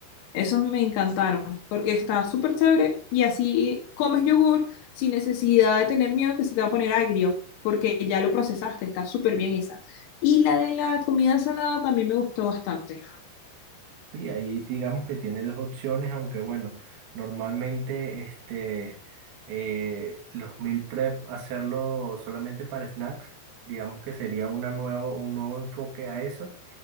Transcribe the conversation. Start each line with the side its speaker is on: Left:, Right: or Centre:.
Left: Esos me encantaron porque está súper chévere y así comes yogur sin necesidad de tener miedo que se te va a poner agrio porque ya lo procesaste. Está súper bien esa. Y la de la comida salada también me gustó bastante.
Right: Sí, ahí digamos que tiene dos opciones, aunque bueno, normalmente este, eh, los meal prep hacerlo solamente para snacks, digamos que sería una nuevo, un nuevo enfoque a eso,